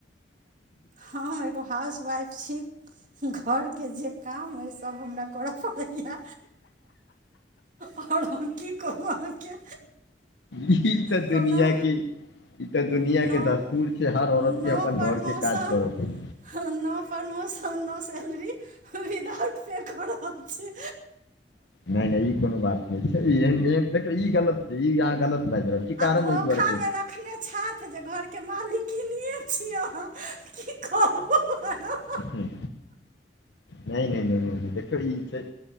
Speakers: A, on the right (about 45°); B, on the left (about 80°).
A: हम एगो हाउस वाइफ छी। घरके जे काम अइ सभ हमरा करऽ पड़ैया। और हम की कहू अहाँके?
B: ई तऽ
A: कोनो
B: दुनिया के ई तऽ दुनिया
A: नो
B: के दस्तूर छै हर
A: नो
B: औरत के अपन
A: प्रमोशन,
B: घर के काज करऽ पड़ी
A: no promotion, no salary without <unintelligible> फैक छै
B: नहि -नहि ई कोनो बात नहि छै, एहन एन देखियौ ई गलत ई अहाँ गलत बाजि रहल छी
A: आ
B: कारण
A: धोखा
B: एहि दुआरे कहै
A: मे रखने <unintelligible> घरके मालिकिन छी, कि कहू अहाँ के?
B: नहि- नहि- नहि- नहि- नहि देख ई छै।